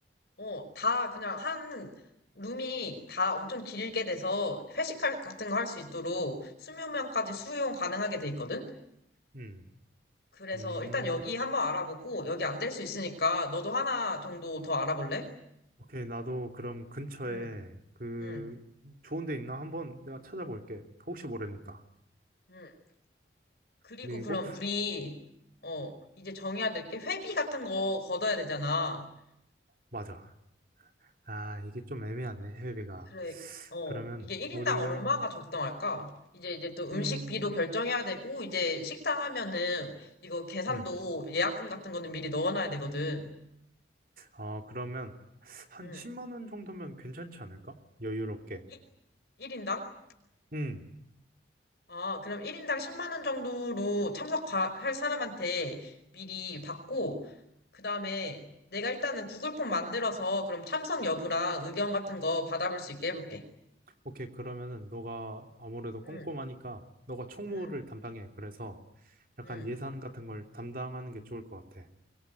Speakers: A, on the left; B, on the right.
A: 어, 다 그냥 한 룸이 다 엄청 길게 돼서 회식 할- 같은 거 할 수 있도록 20명까지 수용 가능하게 돼 있거든?
B: 음.
A: 그래서
B: 음.
A: 일단 여기 한번 알아보고, 여기 안 될 수 있으니까 너도 하나 정도 더 알아볼래?
B: 오케이, 나도 그럼 근처에
A: 응,
B: 그
A: 응,
B: 좋은 데 있나 한번 내가 찾아볼게. 혹시 모르니까.
A: 응. 그리고
B: 그리고
A: 그럼 우리, 어, 이제 정해야 될 게 회비 같은 거 걷어야 되잖아.
B: 맞아. 아, 이게 좀 애매하네, 해외비가.
A: 그래, 어,
B: 그러면
A: 이게 1인당
B: 우리가
A: 얼마가 적당할까? 이제 이제 또 음식비도
B: 음,
A: 결정해야 되고, 이제 식당 하면은 이거 계산도
B: 음.
A: 예약금 같은 거는 미리 넣어놔야 되거든.
B: 어, 그러면 한
A: 응,
B: 10만 원 정도면 괜찮지 않을까? 여유롭게.
A: 일 1인당?
B: 응.
A: 아, 그럼 1인당 10만 원 정도로 참석할 사람한테 미리 받고, 그 다음에 내가 일단은 구글 폼 만들어서 그럼 참석 여부랑 의견 같은 거 받아볼 수 있게 해볼게.
B: 오케이. 그러면은 너가 아무래도
A: 응,
B: 꼼꼼하니까 너가 총무를
A: 응,
B: 담당해. 그래서 약간
A: 응.
B: 예산 같은 걸 담당하는 게 좋을 것 같아.